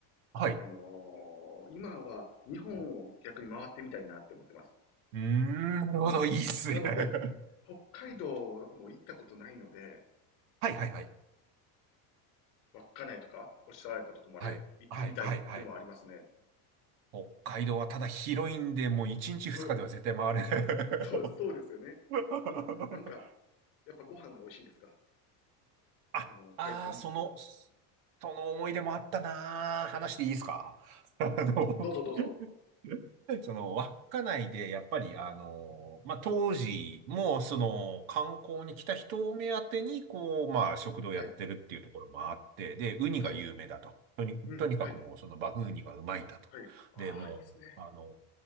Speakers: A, on the right (about 60°); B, on the left (about 45°).
A: はい。
B: あのー今は日本を逆に回ってみたいなって思ってます。
A: うーん、なるほど。
B: うん。
A: いいっすね。
B: なので、
A: <laughs>
B: 北海道も行ったことないので、
A: はいはいはい。
B: 稚内とかおっしゃられたとこまで行ってみたいっていうのはありますね。
A: はい。はい、はい、はい。北海道はただ広いんで、もう1日2日では絶対回れな
B: そう、<laughs> そう、
A: い。
B: そうですよね。
A: <laughs>
B: ただ、なんか、やっぱご飯が美味しいですか
A: あ、
B: あの、海産物。
A: ああ、その、その思い出もあったなー。
B: はい。
A: 話していいですか <laughs> あの、
B: どうぞどうぞ。
A: <laughs> その、稚内で、やっぱり、あの、まあ、当時も、その、観光に来た人を目当てに、こう、まあ、食堂やってるっていうところもあって、
B: はい。
A: で、ウニが有名だと。
B: はい。
A: とに、
B: うん。
A: とにかくもう、
B: はい。
A: その、バフンウニがうまいんだと。
B: はい。ああ、
A: で、もう、
B: いいですね。
A: あの、